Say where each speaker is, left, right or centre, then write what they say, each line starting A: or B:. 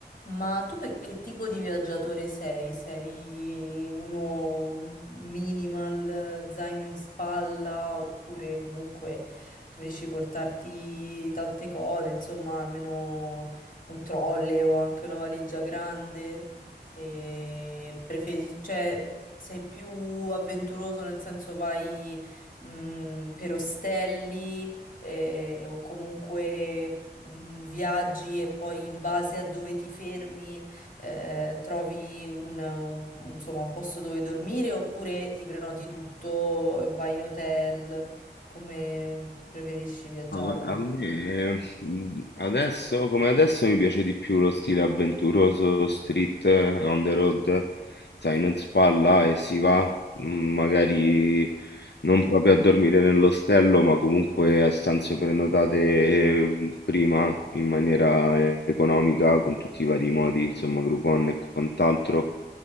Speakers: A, on the left; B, on the left.
A: Ma tu pe- che tipo di viaggiatore sei? Sei uno minimal, zaino in spalla, oppure comunque preferisci portarti tante cose, insomma, almeno un trolley o anche una valigia grande? E preferi- cioè, sei più avventuroso nel senso vai, mm, per ostelli? eh, o comunque mh, viaggi e poi in base a dove ti fermi eh, trovi un, un- insomma, un posto dove dormire oppure ti prenoti tutto, vai in hotel, come preferisci viaggiare.
B: Ah, gua- A me mm, adesso, come adesso, mi piace di più lo stile avventuroso, street, eh, on the road, sai, non si spalla e si va, mm, magari non proprio a dormire nell'ostello, ma comunque a stanze prenotate eh, prima in maniera eh, economica, con tutti i vari modi, insomma, Groupon e quant'altro.